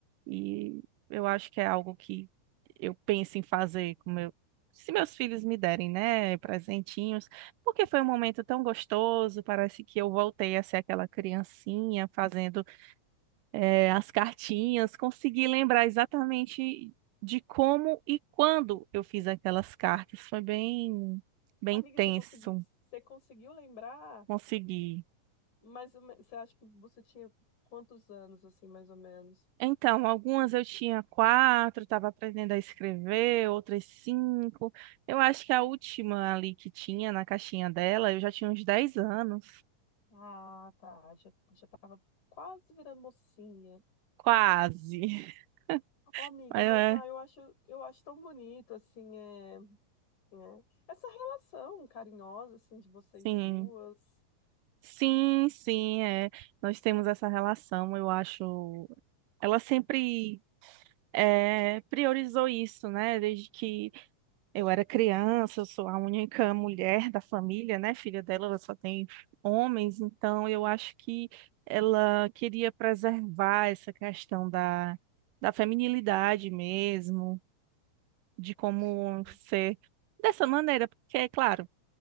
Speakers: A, on the right; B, on the left.
A: E eu acho que é algo que eu penso em fazer com meu, se meus filhos me derem, né, presentinhos, porque foi um momento tão gostoso, parece que eu voltei a ser aquela criancinha fazendo eh, as cartinhas, consegui lembrar exatamente de como e quando eu fiz aquelas cartas, foi bem, bem
B: Amiga,
A: tenso,
B: você consegui, você conseguiu lembrar?
A: consegui.
B: Mas você acha que você tinha quantos anos, assim, mais ou menos?
A: Então, algumas eu tinha quatro, estava aprendendo a escrever, outras cinco. Eu acho que a última ali que tinha na caixinha dela, eu já tinha uns dez anos.
B: Ah, tá. Já, já tava quase virando mocinha.
A: Quase. <laughs>
B: Ô, amiga,
A: Mas,
B: mas
A: é,
B: ah, eu acho, eu acho tão bonito, assim, é. né? Essa relação carinhosa, assim, de vocês
A: sim.
B: duas.
A: Sim, sim, é. Nós temos essa relação, eu acho. Ela sempre é, priorizou isso, né? Desde que Eu era criança, eu sou a única mulher da família, né? Filha dela, ela só tem homens, então eu acho que ela queria preservar essa questão da, da feminilidade mesmo, de como
B: Sim.
A: ser dessa maneira, porque, é claro,